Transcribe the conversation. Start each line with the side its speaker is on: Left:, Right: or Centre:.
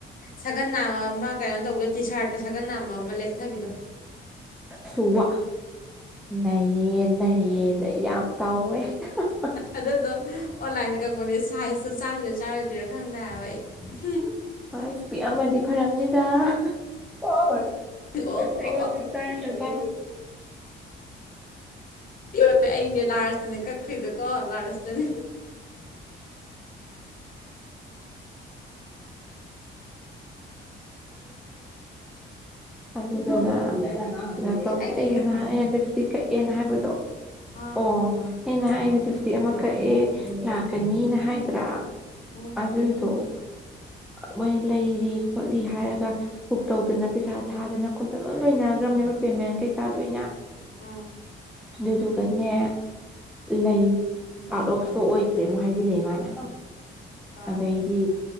Left: ꯁꯒꯟ ꯅꯥꯝꯃ ꯑꯃ ꯀꯩꯅꯣ ꯇꯧꯕꯗ ꯇꯤ ꯁꯥꯔꯠꯇ ꯁꯒꯟ ꯅꯥꯝꯃ ꯃ ꯑꯃ ꯂꯦꯛꯊꯕꯤꯗꯣ
Centre: ꯁꯣ ꯋꯥ ꯅꯩꯌꯦ ꯅꯩꯌꯦ ꯅꯣꯏ ꯌꯥꯝ ꯇꯧꯋꯦ ꯍ ꯍ
Left: ꯑꯗꯨꯗꯣ ꯑꯣꯟꯂꯥꯏꯟꯗ ꯀꯛꯄꯅꯦ ꯁꯥꯏꯖꯇꯣ ꯆꯥꯗ꯭ꯔꯥ ꯆꯥꯔꯣꯏꯗ꯭ꯔ ꯈꯪꯗꯦ <unintelligible>
Centre: ꯑꯁ ꯄꯤꯛ ꯑꯝꯃꯗꯤ ꯐꯔꯝꯅꯤꯗ ꯑꯣ
Left: ꯑꯣ
Centre: ꯑꯩꯉꯣꯟꯗ ꯆꯥꯅꯕ
Left: ꯏ ꯑꯩꯅꯦ ꯂꯥꯏꯔ ꯇꯅꯦ ꯀꯛꯈ꯭ꯔꯤꯗꯣꯀꯣ ꯂꯥꯏꯔꯇꯅꯦ
Centre: <unintelligible> <unintelligible> ꯑꯗꯨꯗꯨꯅ ꯀꯩꯅꯣ ꯇꯧꯗꯦ
Left: ꯑꯦ ꯀꯨꯏꯔꯦ
Centre: ꯑꯩ ꯅꯍꯥꯟ ꯑꯩꯅ ꯂꯤꯐꯁ꯭ꯇꯤꯛ ꯀꯛꯑꯦꯅ ꯍꯥꯏꯕꯗꯣ
Left: ꯑꯥ
Centre: ꯑꯣ ꯑꯩꯅ ꯍꯥꯢ ꯂꯤꯐꯁ꯭ꯇꯤꯛ ꯑꯃ ꯀꯛꯑꯦ ꯂꯥꯛꯀꯅꯤꯅ ꯍꯥꯏꯗ꯭ꯔꯥ
Left: ꯎꯝ
Centre: ꯑꯗꯨꯏꯗꯣ
Left: <inaudible>
Centre: ꯃꯣꯏꯅ ꯂꯩꯔꯤ ꯈꯣꯠꯂꯤ ꯍꯥꯏꯔꯒ ꯕꯨꯛ ꯇꯧꯗꯅ ꯄꯩꯁꯥ ꯊꯥꯗꯅ ꯈꯣꯠꯇꯅ ꯂꯣꯏ ꯂꯣꯏꯅꯒ꯭ꯔ ꯅꯦꯕ ꯄꯦꯃꯦꯟ ꯀꯩꯀꯥ ꯂꯣꯢꯅ
Left: ꯎꯝ
Centre: ꯑꯗꯨꯗꯨꯒꯅꯦ ꯂꯩ ꯑꯣꯠ ꯑꯣꯐ ꯏꯁꯇꯣꯛ ꯑꯣꯏꯈ꯭ꯔꯦ ꯑꯃꯨꯛ ꯍꯥꯏꯖꯤꯜꯂꯛꯑꯦ ꯃꯥꯅ
Left: ꯐꯔꯦ
Centre: ꯑꯗꯩꯗꯤ